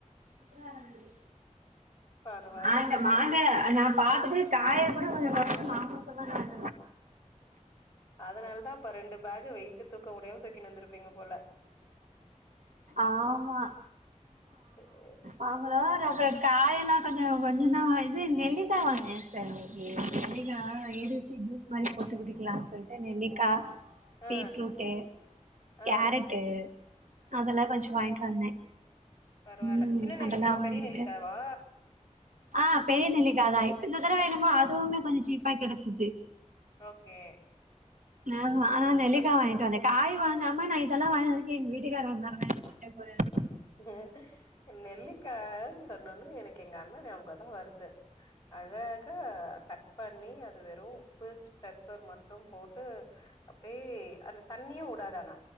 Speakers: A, on the right; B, on the left.
A: <unintelligible>
B: பரவால்ல
A: நா இந்த
B: சூப்பர்
A: மாங்கா நா பாத்துட்டு காய கூட கொஞ்ச வருஷம் <unintelligible>
B: அதனால தா அப்ப ரெண்டு பேக் வெயிட்டு தூக்க முடியாம தூக்கி வந்துருப்பீங்க போல
A: ஆமா
B: சேர்
A: அவங்களா அப்புற காயெல்லா கொஞ்சனா இது நெல்லிகா வாங்கனே நெல்லிக்கா ஏ பி சி ஜூஸ் இது மாரி போட்டு குடிக்கலானு சொல்லிட்டு நெல்லிக்காய்
B: ஆ
A: பீட்ரூட்டு
B: ஆ
A: கேரட்டு அதெல்லா வெச்சு வாய்ன்ட்டு வந்தே
B: பரவால
A: ம்
B: சின்ன நெல்லுக்காய்
A: அதெல்லா
B: பெரிய
A: வாங்கிட்டு
B: நெல்லுக்காவா
A: ஆ பெரிய நெல்லிக்காதா இந்த தடவ என்னமோ அதுவுமே கொஞ்சோ சீப்பா கெடைச்சிது
B: ஓகே
A: ஆ ஆ
B: சூப்பர்
A: நெல்லிக்கா
B: சூப்பர்
A: வாங்ட்டு வந்தே காய் வாங்காம நா இதெல்லா வாங்கினு வந்ததுக்கு எங்க வீட்டுக்கார வந்தாருனா எனை திட்ட போறார்
B: ம் நெல்லிக்கா சொன்னோன்னு எனக்கு எங்க அண்ணன் ஞாபகோ தா வருது அழகா கட் பண்ணி அது வெறு உப்பு சு பெப்பர் மட்டு போட்டு அப்பயே அந்த தண்ணியு வுடாது ஆனா